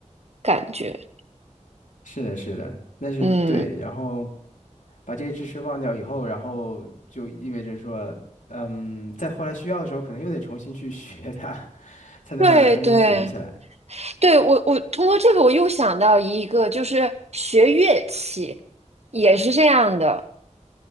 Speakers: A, on the right; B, on the left.
A: 感觉，
B: 是的，是的，那是对。
A: 嗯。
B: 然后把这些知识忘掉以后，然后就意味着说，嗯，在后来需要的时候，可能又得重新去学它，<laughs> 才能把它重新捡起来
A: 对对对，我我通过这个我又想到一个，就是学乐器也是这样的，